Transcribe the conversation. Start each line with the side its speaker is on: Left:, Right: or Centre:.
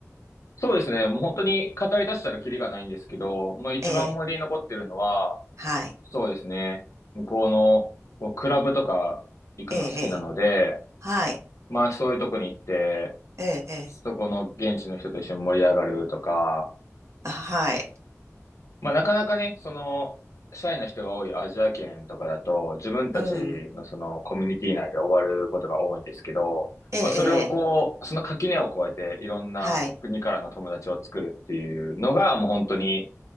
Left: そうですね。もう本当に語り出したらキリがないんですけど、まあ一番思い出に残ってるのは、
Right: ええ、はい。
Left: そうですね。向こうのこうクラブとか行くの好きなので、
Right: ええ、ええはい。
Left: まあそういうとこに行って、
Right: ええ、ええ
Left: そこの現地の人と一緒に盛り上がるとか、
Right: あ、はい。
Left: まあなかなかね、その、シャイな人が多いアジア圏とかだと、自分たちのそのコミュニティ内で終わることが多いんですけど、
Right: うん。ええ、
Left: まあそれをこう、
Right: ええ
Left: その垣根を越えていろんな国からの友達を作るっていうのがもう本当に
Right: はい。